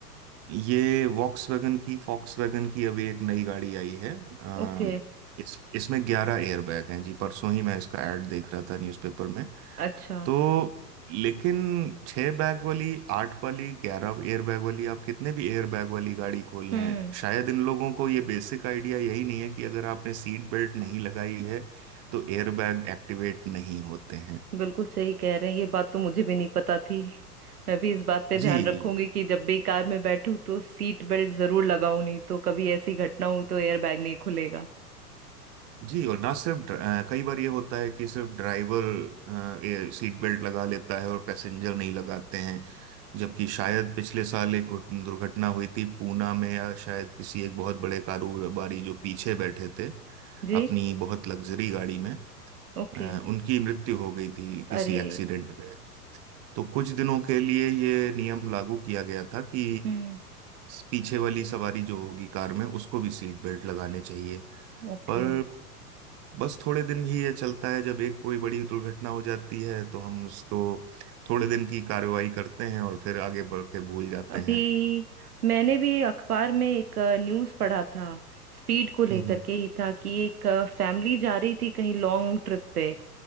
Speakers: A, on the right; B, on the right.
A: ये वॉक्सवैगन की वैगन की अभी एक नई गाड़ी आई है अ,
B: ओके
A: इस इसमें ग्यारह एयरबैग हैं जी परसों ही मैं इसका एड देख रहा था न्यूज़पेपर में
B: अच्छा
A: तो लेकिन छह बैग वाली आठ वाली ग्यारह एयर बैग वाली आप कितने भी एयर बैग वाली गाड़ी खोल
B: हम्म
A: लें शायद इन लोगों को ये बेसिक आइडिया यही नहीं है कि अगर आपने सीट बेल्ट नहीं लगाई है तो एयर बैग एक्टिवेट नहीं होते हैं
B: बिल्कुल सही कह रहे हैं ये बात तो मुझे भी नहीं पता थी मैं भी इस बात पे
A: जी
B: ध्यान रखूंगी कि जब भी कार में बैठूं तो सीट बेल्ट जरूर लगाऊं नहीं तो कभी ऐसी घटना हुई तो एयर बैग नहीं खुलेगा
A: जी और ना सिर्फ ड्र- अ, कई बार ये होता है कि सिर्फ ड्राइवर सीट बेल्ट लगा लेता है और पैसेंजर नहीं लगाते हैं जबकि शायद पिछले साल एक घुट- दुर्घटना हुई थी पूना में या शायद किसी एक बहुत बड़े कारोबारी जो पीछे बैठे थे
B: जी
A: अपनी बहुत लग्जरी गाड़ी में
B: ओके
A: अ, उनकी मृत्यु हो गई थी किसी
B: अरे
A: एक्सीडेंट में तो कुछ दिनों के लिए ये नियम लागू किया गया था कि
B: हम्म
A: पीछे वाली सवारी जो होगी कार में उसको भी सीट बेल्ट लगाने चाहिए
B: ओके
A: पर बस थोड़े दिन ही ये चलता है जब एक कोई बड़ी दुर्घटना हो जाती है तो हम उसको थोड़े दिन की कार्रवाई करते हैं और फिर आगे बढ़ के भूल जाते
B: अभी
A: हैं
B: मैंने भी अखबार में एक न्यूज़ पढ़ा था स्पीड को लेकर
A: हम्म
B: के ही था कि एक फैमिली जा रही थी कहीं लॉन्ग ट्रिप पे